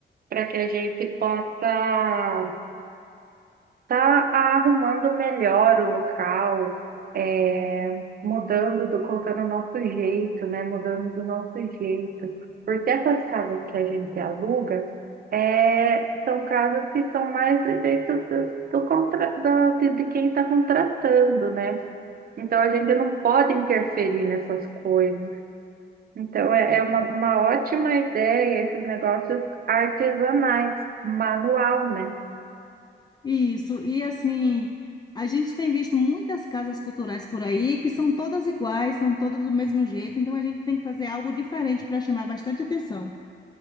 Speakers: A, on the right; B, on the left.
A: Para que a gente possa estar arrumando melhor o local, é, mudando, do, colocando o nosso jeito, né? Mudando do nosso jeito. Porque essas casas que a gente aluga é, são casas que são mais do jeito do, do contra, do- de de quem está contratando, né? Então a gente não pode interferir nessas coisas. Então, é, é uma, uma ótima ideia esses negócios artesanais, manual, né?
B: Isso, e assim, a gente tem visto muitas casas culturais por aí que são todas iguais, são todas do mesmo jeito, então a gente tem que fazer algo diferente para chamar bastante atenção.